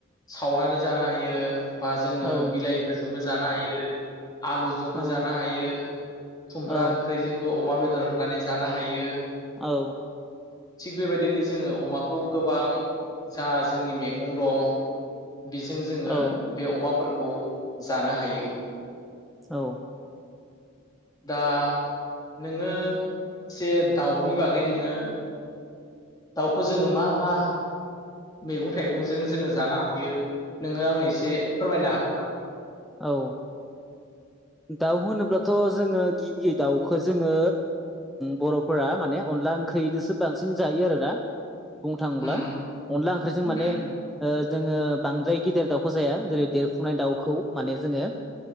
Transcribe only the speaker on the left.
सावनानै जानो हायो बा जोङो
बिलाइफोरजोंबो जानो हायो आलुजोंबो
जानो हायो खुमब्रा
ओंख्रिजों अमा बेदर होनानै जानो हायो
थिग बेबायदिनो जोङो अमाखौ गोबां जा जोंनि मेगं दं बेजों जोङो
बे अमाफोर खौ जानो हायो
दा नोङो जे दाउनि बागै नोङो दाउखौ जोङो मा मा मैगं थाइगंजों जोङो जानो हायो नोङो आंनो एसे फोरमायनो हागोन नामा?
उम
उम